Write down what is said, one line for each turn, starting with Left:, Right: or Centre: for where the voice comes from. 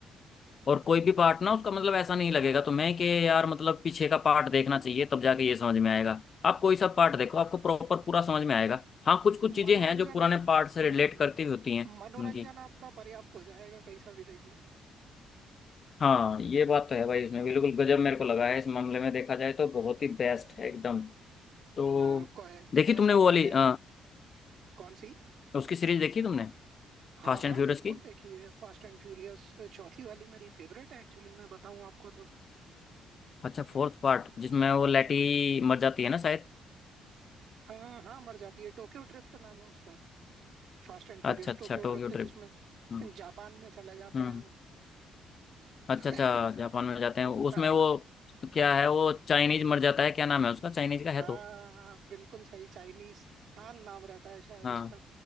Left: और कोई भी पार्ट ना उसका मतलब ऐसा नहीं लगेगा तुम्हें कि यार मतलब पीछे का पार्ट देखना चाहिए तब जाके ये समझ में आएगा आप कोई सा पार्ट देखो आपको प्रॉपर पूरा समझ में आएगा हाँ कुछ कुछ चीजें
Right: मनोरंजन
Left: हैं जो पुराने पार्ट से
Right: हम्म,
Left: रिलेट करती हुई होती हैं
Right: मनोरंजन
Left: उनकी
Right: आपका पर्याप्त हो जाएगा कहीं सा भी देख लो
Left: हाँ ये बात तो है भाई इसमें बिल्कुल गजब मेरे को लगा है इस मामले में देखा जाए तो बहुत ही बेस्ट है एकदम तो
Right: हाँ, आपको ऐस-
Left: देखी
Right: ऐसा
Left: तुमने वो
Right: कहीं
Left: वाली
Right: से
Left: अ,
Right: भी नहीं कौन सी
Left: उसकी सीरीज देखी तुमने
Right: हाँ
Left: फास्ट
Right: हाँ
Left: एंड फ्यूरियस
Right: बिल्कुल
Left: की
Right: देखिए फास्ट एंड फ्यूरियस चौथी वाली मेरी फेवरेट है एक्चुअली मैं बताऊं आपको तो
Left: अच्छा फोर्थ पार्ट जिसमें वो लेटी मर जाती है ना शायद
Right: हाँ हाँ मर जाती है टोक्यो ड्रिफ्ट नाम है उसका Fast and Furious
Left: अच्छा अच्छा
Right: Tokyo
Left: टोक्यो
Right: Drift
Left: ट्रिप
Right: जिसमें
Left: हाँ,
Right: जापान में चले जाते
Left: हम्म
Right: हैं
Left: हम्म,
Right: वो
Left: अच्छा
Right: <laughs>
Left: अच्छा जापान में जाते हैं उसमें
Right: हाँ
Left: वो क्या है वो चाइनीज मर जाता है क्या नाम है उसका चाइनीज का है
Right: हाँ
Left: तो
Right: हाँ, बिल्कुल सही चाइनीज हान नाम रहता है शायद
Left: हाँ
Right: उसका